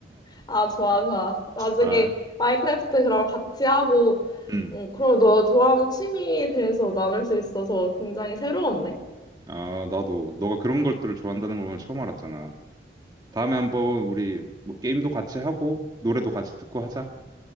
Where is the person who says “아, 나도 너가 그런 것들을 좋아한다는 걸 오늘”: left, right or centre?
Right